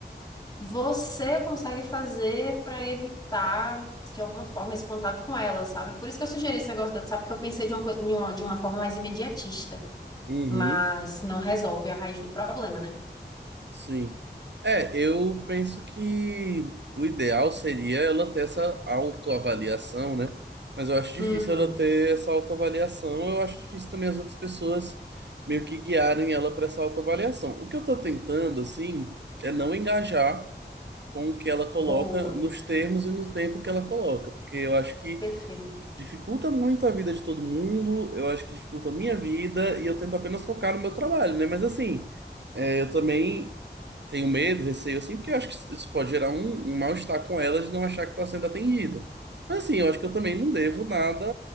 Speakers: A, on the left; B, on the right.
A: você consegue fazer para evitar, de alguma forma, esse contato com ela, sabe? Por isso que eu sugeri esse negócio do WhatsApp, porque eu pensei de uma, coi- em uma- de uma forma mais imediatista,
B: uhum.
A: mas não resolve a raiz do problema, né?
B: Sim. É, eu penso que o ideal seria ela ter essa autoavaliação, né? Mas eu acho difícil
A: Uhum.
B: ela ter essa autoavaliação. Eu acho difícil também as outras pessoas meio que guiarem ela para essa autoavaliação. O que eu tô tentando, assim, é não engajar com o que ela coloca
A: Boa.
B: nos termos e no tempo que ela coloca, porque eu acho que
A: Perfeito.
B: dificulta muito a vida de todo mundo, eu acho que dificulta a minha vida e eu tento apenas focar no meu trabalho, né? Mas assim, é, eu também tenho medo, receio, assim, porque eu acho que isso pode gerar um, um mal-estar com ela de não achar que está sendo atendida. Mas, assim, eu acho que eu também não devo nada